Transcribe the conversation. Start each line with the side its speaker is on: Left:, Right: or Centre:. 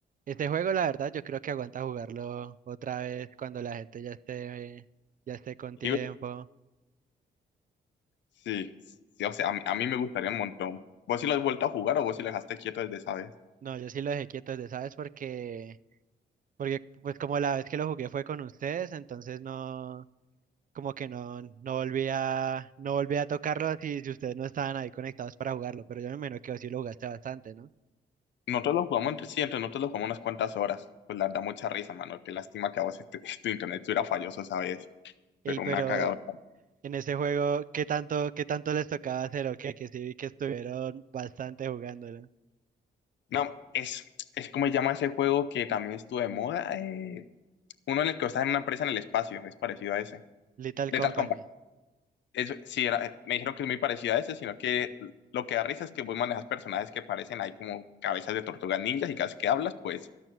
Right: este juego la verdad yo creo que aguanta jugarlo otra vez cuando la gente ya esté, ya esté con
Left: Libre.
Right: tiempo.
Left: Sí, sí, o sea, a mí, a mí me gustaría un montón. ¿Vos sí lo has vuelto a jugar o vos sí lo dejaste quieto desde esa vez?
Right: No, yo sí lo dejé quieto desde, ¿sabes? Porque, porque pues como la vez que lo jugué fue con ustedes, entonces no, como que no, no volví a, no volví a tocarlo si, si ustedes no estaban ahí conectados para jugarlo, pero yo me imagino que vos sí lo jugaste bastante, ¿no?
Left: Nosotros lo jugamos entre, sí, entre nosotros lo jugamos unas cuantas horas. Pues la da mucha risa, mano. Qué lástima que a vos este- <laughs> tu internet estuviera falloso esa vez,
Right: Y
Left: pero
Right: pero
Left: una cagadora.
Right: en ese juego, ¿qué tanto, qué tanto les tocaba hacer o qué? Que sí vi que estuvieron bastante jugándolo.
Left: No, es, es como se llama ese juego que también estuvo de moda. eh, uno en el que estás en una empresa en el espacio, es parecido a ese.
Right: Little
Left: De
Right: Company.
Left: tal es, sí, era, me dijeron que es muy parecido a ese, sino que lo que da risa es que vos manejas personajes que parecen ahí como cabezas de tortugas ninjas y cada vez que hablas, pues